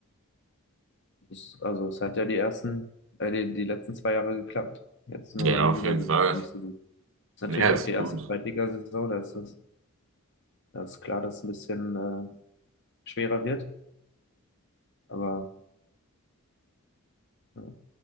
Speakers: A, on the left; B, on the right.
A: es, also es hat ja die ersten, äh, die, die letzten zwei Jahre geklappt. Jetzt nur
B: Ja,
A: in
B: auf
A: dieser
B: jeden
A: Saison
B: Fall.
A: nicht so gut. Ist natürlich
B: Ja, ist
A: auch die erste
B: gut.
A: Zweitligasaison, da ist es, da ist klar, dass es ein bisschen äh, schwerer wird. Aber ja.